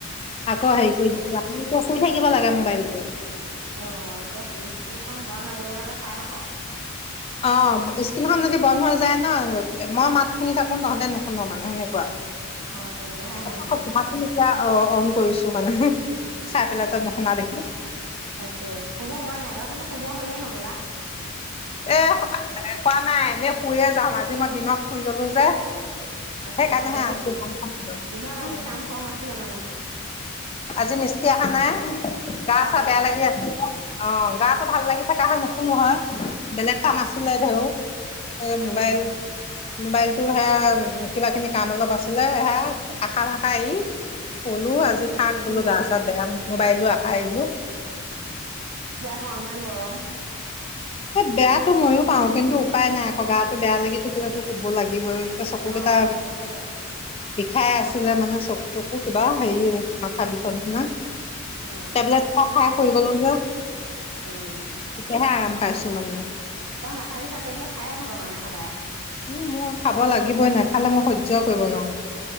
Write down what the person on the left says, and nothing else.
আকৌ হেৰি কৰি দিছোঁ আপু চুই থাকিব লাগে মোবাইলটো।
অ', স্কিলখন যদি বন্ধ হৈ যায় ন' মই মাত শুনি থাকোঁ, তহঁতে নুশুনো মানে সেনেকুৱা
<unintelligible>
কম এতিয়া অহ, অন কৰিছোঁ মানে। চাই
পেলাই তই নশুনা দেখো।
এহ, একোৱা নাই এনেই শুইয়ে যাম আজি মই দিনত শুই ল'লো যে।
সেইকাৰণে
হে
<unintelligible>
আজি মিস্তি অহা নাই, গা
চা
বেয়া লাগি আছিলে। অ', গাটো ভাল লাগি থাকা হয় নুশুলো হয়। বেলেগ কাম
আছিলে দেৰু এই
মোবাইল মোবাইলটো সেয়া কিবাখিনি কাম অলপ আছিলে সেয়া আশা ভাষা ই। ক'লো আজি থাক
বোলো গা চা বেয়া মোবাইলো আশা আহিলো।
এই বেয়াটো ময়ো পাওঁ কিন্তু উপায় নাই আকৌ গাটো বেয়া লাগি থাকিলেটো ক'ব লাগিবই। এ চকুকেইটা
বিষাই আছিলে মানে চকু তকু কিবা হেৰি মাথা বিষণ দিনা।
টেবলেট খাই,
খাই শুই গ'লো যে
তেতিয়াহে আৰাম পাইছোঁ মানে।
উম, মোৰ খাব লাগিবই নাখালে মই সহ্যই কৰিব নোৱাৰোঁ।